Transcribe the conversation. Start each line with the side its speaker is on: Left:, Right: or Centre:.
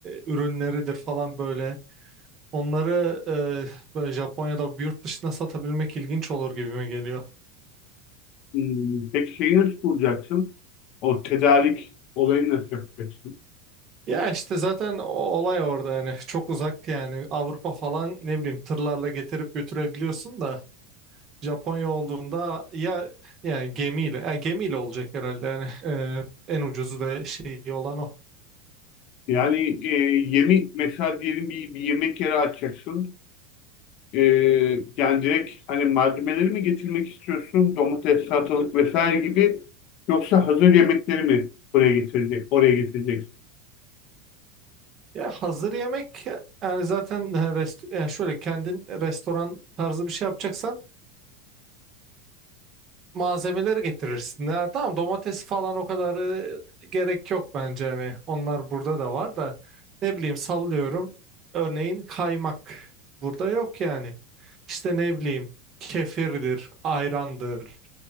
Right: e, ürünleridir falan böyle. Onları e, böyle Japonya'da yurt dışına satabilmek ilginç olur gibime geliyor.
Left: Hmm, peki şeyi nasıl bulacaksın? O tedarik olayını nasıl yapacaksın?
Right: Ya işte zaten o olay orada yani çok uzak yani Avrupa falan ne bileyim tırlarla getirip götürebiliyorsun da Japonya olduğunda ya yani gemiyle ya gemiyle olacak herhalde yani <laughs> e, en ucuzu ve şeyi olan o.
Left: Yani e, yemi mesela diyelim bir, bir yemek yeri açacaksın. Ee, yani direkt hani malzemeleri mi getirmek istiyorsun? Domates, salatalık vesaire gibi yoksa hazır yemekleri mi buraya getirecek, oraya getireceksin.
Right: Ya hazır yemek yani zaten e, rest, yani şöyle kendin restoran tarzı bir şey yapacaksan malzemeleri getirirsin. Ha, tamam domates falan o kadar e, gerek yok bence hani onlar burada da var da ne bileyim sallıyorum örneğin kaymak burada yok yani İşte ne bileyim kefirdir ayrandır